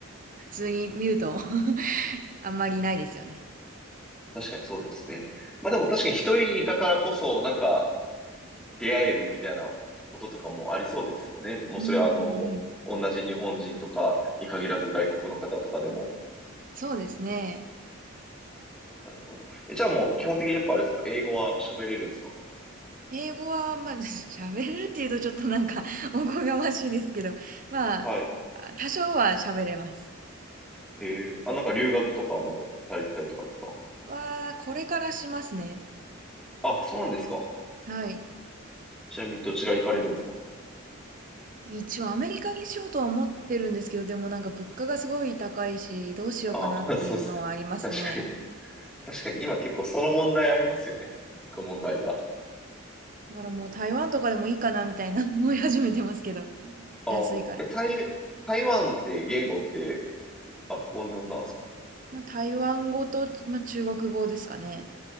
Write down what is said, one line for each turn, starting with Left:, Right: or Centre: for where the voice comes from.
Right: 普通に見ると <laughs> あんまりないですよね。
Centre: 確かにそうですね。まあでも確かに一人だからこそ、なんか出会えるみたいなこととかもありそうですもんね。もうそれはあの、
Right: うんうんうん。
Centre: 同じ日本人とかに限らず外国の方とかでも。
Right: そうですね。
Centre: なるほど。え、じゃあもう基本的にやっぱあれですか英語は喋れるんですか
Right: 英語は、まあ、<laughs> 喋れるっていうとちょっとなんか <laughs> おこがましいですけど、まあ、
Centre: はい。
Right: あ多少は喋れます。
Centre: ええあ、なんか留学とかもされてたりとかですか
Right: は、これからしますね。
Centre: あ、そうなんですか
Right: はい。
Centre: ちなみにどちら行かれるんですか
Right: 一応アメリカにしようとは思ってるんですけど、でもなんか物価がすごい高いし、どうしようかなっていうのはありますね。
Centre: ああ、<laughs> そうですね確かに。確かに今結構その問題ありますよね。一個問題は。
Right: だからもう台湾とかでもいいかなみたいな <laughs> 思い始めてますけど。
Centre: ああ、
Right: 安いから。
Centre: え、台、台湾って言語って学校なんなんですか
Right: まあ、台湾語と、まあ、中国語ですかね。